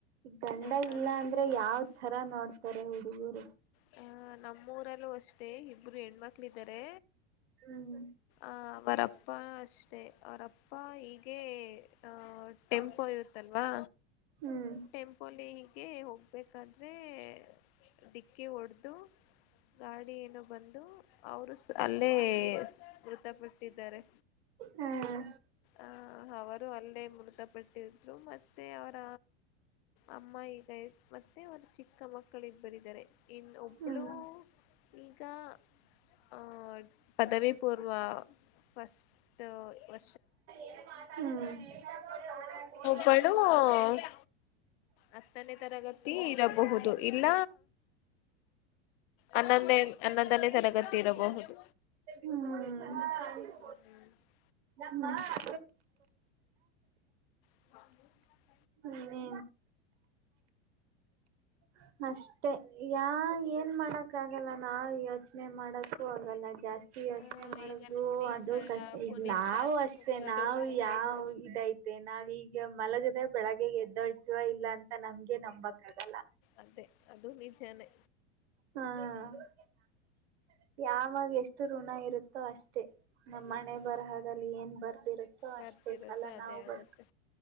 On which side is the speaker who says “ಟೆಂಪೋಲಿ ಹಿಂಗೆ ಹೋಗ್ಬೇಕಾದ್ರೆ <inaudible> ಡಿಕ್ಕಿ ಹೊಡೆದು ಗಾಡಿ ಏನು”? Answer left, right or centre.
Left